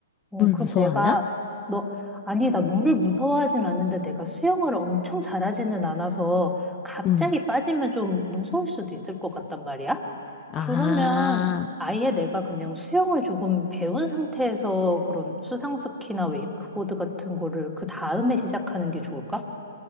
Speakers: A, in the centre; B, on the left.
A: 어,
B: 물
A: 그럼
B: 무서워하나?
A: 내가, 너, 아니, 나 물을 무서워하진 않는데 내가 수영을 엄청 잘하지는 않아서 갑자기
B: 음.
A: 빠지면 좀 무서울 수도 있을 것 같단 말이야? 그러면
B: 아,
A: 아예 내가 그냥 수영을 조금 배운 상태에서 그런 수상스키나 웨이크보드 같은 거를 그 다음에 시작하는 게 좋을까?